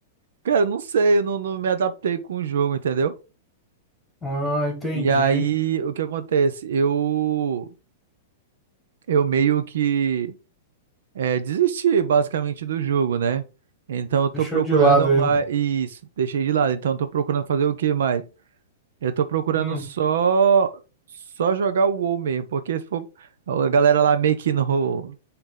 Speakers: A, on the right (about 70°); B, in the centre.
A: cara, não sei, eu não, não me adaptei com o jogo, entendeu?
B: Ah, entendi.
A: E aí o que acontece? Eu, eu meio que é, desisti basicamente do jogo, né? Então eu tô
B: Deixou
A: procurando
B: de lado ele.
A: mais. Isso, deixei de lado. Então eu tô procurando fazer o que mais? Eu tô procurando
B: Hum.
A: só só jogar o WoW mesmo, porque se for, a galera lá meio que no,